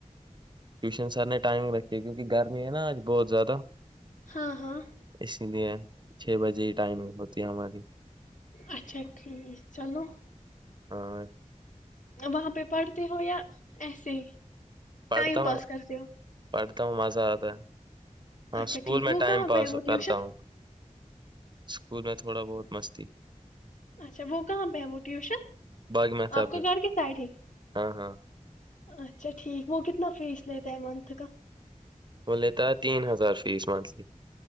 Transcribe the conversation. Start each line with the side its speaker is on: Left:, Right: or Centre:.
Right: ٹیوشن سر نے ٹائم رکھی کیونکہ گرمی ہے نا آج بہت زیادہ
Left: ہاں ہاں
Right: اس نے چھ بجے ہی ٹائمگ ہوتی ہے ہماری۔
Left: اچھا ٹھیک چلو۔
Right: ہاں۔
Left: وہاں پہ پڑھتے ہو یا ایسے ہی؟
Right: پڑھتا
Left: ٹائم پاس
Right: ہوں
Left: کرتے ہو؟
Right: پڑھتا ہوں مزہ اتا ہے۔ ہاں
Left: اچھا
Right: اسکول
Left: ٹھیک
Right: میں
Left: وہ
Right: ٹائم
Left: کہاں
Right: پاس
Left: پہ ہے وہ ٹیوشن
Right: کرتا ہوں۔ اسکول میں تھوڑا بہت مستی۔
Left: اچھا وہ کہاں پہ ہے وہ ٹیوشن؟
Right: باغ محتاب
Left: آپ کے گھر کے سائڈ ہی؟
Right: ہاں ہاں
Left: اچھا ٹھیک۔ وہ کتنا فیس لیتا ہے منتھ کا؟
Right: وہ لیتا ہے تین ہزار فیس منتھلی۔